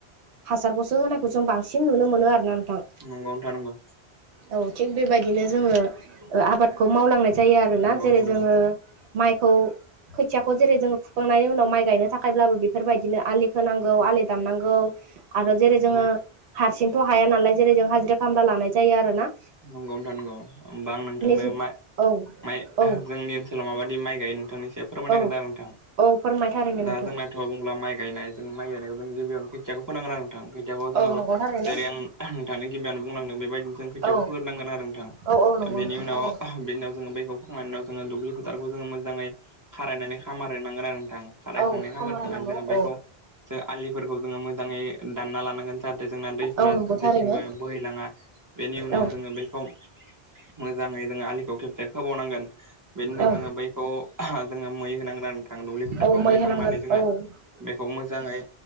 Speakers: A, on the right; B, on the right.
A: हासारखौसो होनायखौ जों बांसिन नुनो मोनो आरो ना नोंथां
B: नंगौनो था नंगौ
A: औ थिग बेबायदिनो जोङो ओ आबादखौ मावलांनाय जायो आरोना
B: नंगौ नंगौ
A: जेरै
B: नोंथां नंगौ
A: जोङो माइखौ खोथियाखौ जेरै जोङो फुखांनायनि उनाव माइ गायनो थाखायब्लाबो बेफोरबायदिनो आलि खोनांगौ आलि दामनांगौ आरो जेरै जोङो
B: नंगौ
A: हारसिंथ हाया नालाय जेरै जों हाजिरा खामला लानाय जायो आरो ना?
B: नंगौ नोथां नंगौ ओमबा आं नोंथांनो
A: जुग
B: मा
A: औ
B: माइ
A: औ
B: जोंनि ओनसो दाव माबायदि माइ गायो नोंथांनि एसे फोरमाय नागिरदों
A: औ
B: आरो नोंथां
A: औ फोरमाय थारैनो
B: दा
A: नोंथां
B: जोंना थ बुंब्ला माइ गायनाय जों माइ गायनायखौ जों गिबियावनो खोथियाखौ फोनांगोन आरो नोंथां खोथियाखौ जोङो
A: औ नंगौ थारैनो
B: जेरै आं नोंथाङानो गिबिआवनो बुंलांदों बेबायदिनो जों
A: औ
B: नांगोन आरो नोंथां
A: औ औ नंगौ
B: बेनि
A: नोंथां
B: उनाव
A: थारैनो
B: बिनिउनाव जोङो बेैखौ खांनायनि उनाव जोङो दुब्लि फोथारखौ जोङो मोजाङै खारायनानै खामारहोनांगोन आरो नोंथां। खारायखांनाय
A: औ खामला
B: खामारखांनानै
A: होनांगौ
B: जोङो बैखौ
A: औ
B: जों आलिफोरखौ जोङो मोजाङै दानना लानांगोन जाहाथे जोंना दै फोरा
A: औ नंगौ थारैनो
B: जेथिंबो बोहैलाङा बेनि उनाव
A: औ
B: जों बैखौ मोजाङै जोङो आलिखौ खेबसे खोबावनांगोन बेनि उनाव
A: औ
B: जोङो बै खौ जोङो मै होनांगोन आरो नोंथां दुब्लि फुथारखौ
A: औ
B: मै होखांनानै
A: होनांगोन
B: जोङो
A: औ
B: बेखौ मोजाङै